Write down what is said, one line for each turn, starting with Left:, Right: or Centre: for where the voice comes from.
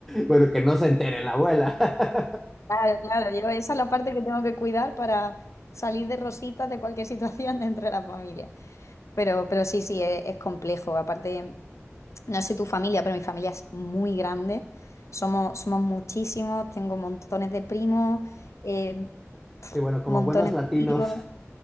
Centre: Bueno, que no se entere la abuela. <laughs>
Left: Claro, claro, yo esa es la parte que tengo que cuidar para salir de rositas de cualquier situación <laughs> dentro de la familia. Pero, pero sí, sí, es, es complejo. Aparte, no sé tu familia, pero mi familia es muy grande. Somos, somos muchísimos, tengo montones de primos, eh,
Centre: Sí, bueno, como
Left: montones
Centre: buenos latinos.
Left: de tíos.